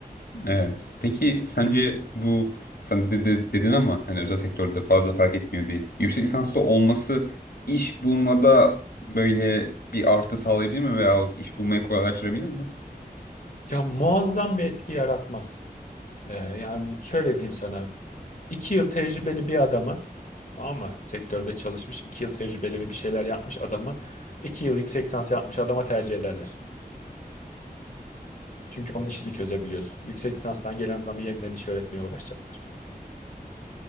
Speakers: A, on the left; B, on the left.
A: evet. Peki sence bu sen de, de- dedin ama hani özel sektörde fazla fark etmiyor değil. Yüksek lisanslı olması iş bulmada böyle bir artı sağlayabilir mi veyahut iş bulmayı kolaylaştırabilir mi?
B: Ya muazzam bir etki yaratmaz. Ee, yani şöyle diyeyim sana. iki yıl tecrübeli bir adamı tamam mı? Sektörde çalışmış, iki yıl tecrübeli ve bir şeyler yapmış adamı, iki yıl yüksek lisans yapmış adama tercih ederler. Çünkü onun işini çözebiliyorsun. Yüksek lisanstan gelen adamı yeniden iş öğretmeye uğraşacaklar.